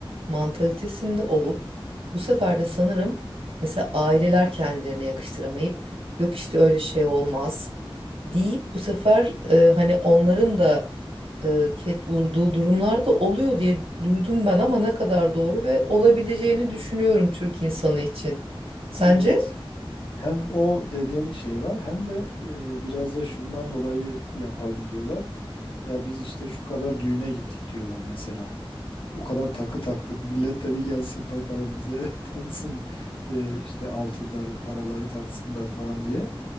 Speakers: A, on the right (about 80°); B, on the left (about 70°).
A: mantalitesinde olup bu sefer de sanırım mesela aileler kendilerine yakıştıramayıp yok işte öyle şey olmaz deyip bu sefer e, hani onların da e, ket vurduğu durumlar da oluyor diye duydum ben ama ne kadar doğru ve olabileceğini düşünüyorum Türk insanı için. Sence?
B: Evet Hem o dediğin şey var hem de e, biraz da şundan dolayı yapalım diyorlar. Ya biz işte şu kadar düğüne gittik diyorlar mesela. O kadar takı taktık. Millet de bir gelsin bakalım bize <laughs> taksın e, işte altınları, paraları taksınlar falan diye.